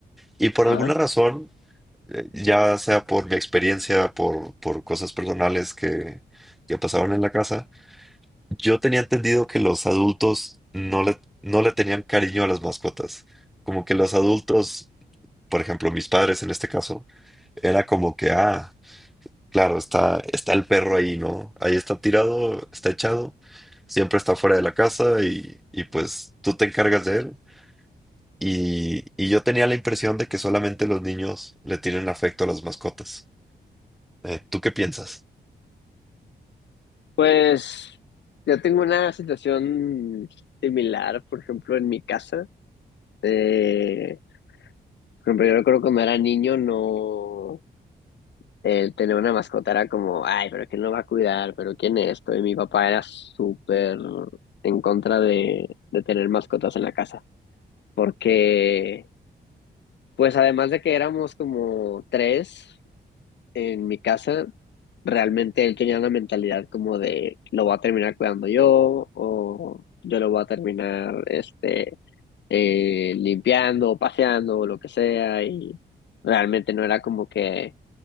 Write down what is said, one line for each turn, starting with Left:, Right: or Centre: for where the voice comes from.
Centre: Y por
Left: Ajá.
Centre: alguna razón, eh, ya sea por mi experiencia, por, por cosas personales que, que pasaron en la casa, yo tenía entendido que los adultos no le, no le tenían cariño a las mascotas. Como que los adultos, por ejemplo, mis padres en este caso, era como que, ah, Claro, está, está el perro ahí, ¿no? Ahí está tirado, está echado, siempre está fuera de la casa y, y pues tú te encargas de él. Y, y yo tenía la impresión de que solamente los niños le tienen afecto a las mascotas. Eh, ¿tú qué piensas?
Left: Pues yo tengo una situación similar, por ejemplo, en mi casa. Eh, por ejemplo, yo recuerdo cuando era niño, no eh, tener una mascota era como, ay, pero ¿quién lo va a cuidar? ¿Pero quién es esto? Y mi papá era súper en contra de, de tener mascotas en la casa, porque, pues además de que éramos como tres. en mi casa, realmente él tenía una mentalidad como de lo voy a terminar cuidando yo o yo lo voy a terminar este eh, limpiando o paseando o lo que sea y realmente no era como que